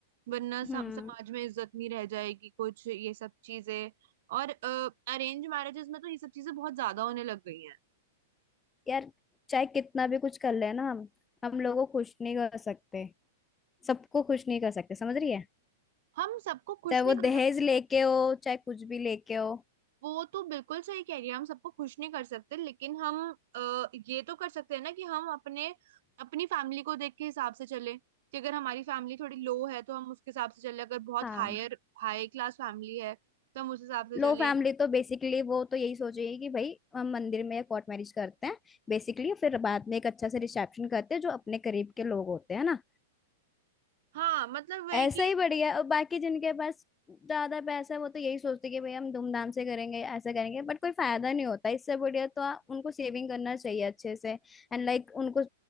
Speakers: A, on the right (about 55°); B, on the left (about 20°).
A: वरना सम-
B: हम्म
A: समाज में इज्जत नहीं रह जाएगी कुछ ये सब चीजें और अरेंज मैरिजेस में तो ये सब चीजें बहुत ज्यादा होने लग गई हैं
B: यार चाहे कितना भी कुछ कर ले ना हम हम लोगों को खुश नहीं कर सकते सबको खुश नहीं कर सकते समझ रही है
A: हम सबको खुश
B: चाहे वो
A: नहीं
B: दहेज
A: कर
B: लेके हो चाहे कुछ भी लेके हो
A: वो तो बिल्कुल सही कह रही है हम सबको खुश नहीं कर सकते लेकिन हम अ, ये तो कर सकते हैं ना कि हम अपने अपनी फैमिली को देख के हिसाब से चले कि अगर हमारी फैमिली थोड़ी लो है तो हम उसके हिसाब से चले अगर बहुत
B: हाँ
A: हायर हाई क्लास फैमिली है तो हम उस हिसाब से
B: लो
A: चले
B: फैमिली तो बेसिकली वो तो यही सोचेगी कि भाई हम मंदिर में या कोर्ट मैरिज करते हैं बेसिकली फिर बाद में एक अच्छा से रिसेप्शन करते हैं जो अपने करीब के लोग होते हैं ना
A: हाँ मतलब वही
B: ऐसा
A: कि
B: ही बढ़िया है। और बाकी जिनके पास ज्यादा पैसा है वो तो यही सोचते हैं कि भाई हम धूमधाम से करेंगे ऐसा करेंगे बट कोई फायदा नहीं होता इससे बढ़िया तो आ, उनको सेविंग करना चाहिए अच्छे से एंड लाइक like, उनको